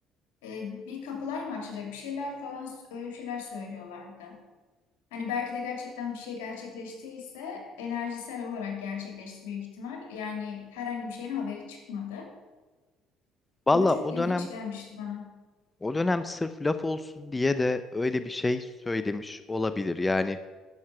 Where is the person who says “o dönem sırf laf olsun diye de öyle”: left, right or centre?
Left